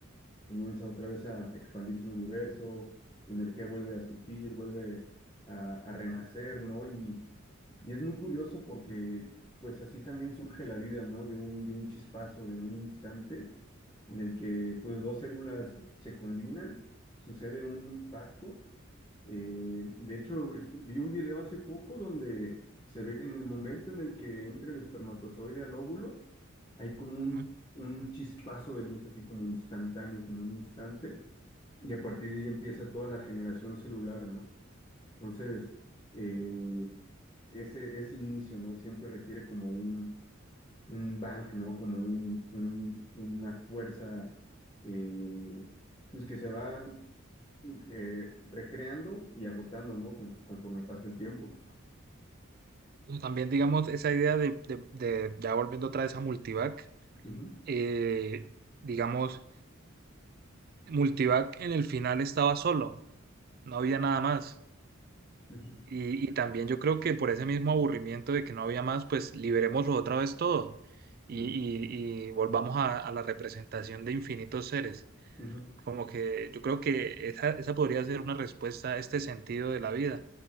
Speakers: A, on the left; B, on the right.
A: comienza otra vez a expandirse el universo, la energía vuelve a surgir, vuelve a, a renacer, ¿no? Y, y es muy curioso porque pues así también surge la vida, ¿no? De un, de un chispazo, de un instante en el que pues dos células se combinan, sucede un impacto. Eh, de hecho, este, vi un video hace poco donde se ve que en el momento en el que entra el espermatozoide al óvulo, hay como un,
B: ¿no?
A: un chispazo de luz, así como instantáneo, como un instante, y a partir de ahí empieza toda la generación celular, ¿no? Entonces, eh, ese, ese inicio, ¿no? Siempre requiere como un, un bang, ¿no? Como un, un- una fuerza, eh, pues que se va eh, recreando y agotando, ¿no? Con- conforme pasa el tiempo.
B: Y También, digamos, esa idea de, de- de- ya volviendo otra vez a Multivac,
A: Ujú,
B: eh, digamos, Multivac en el final estaba solo, no había nada más.
A: ujú,
B: Y, y también yo creo que por ese mismo aburrimiento de que no había más, pues liberémoslo otra vez todo y,
A: ujú,
B: y- y volvamos a, a la representación de infinitos seres.
A: ujú.
B: Como que yo creo que esa, esa podría ser una respuesta a este sentido de la vida,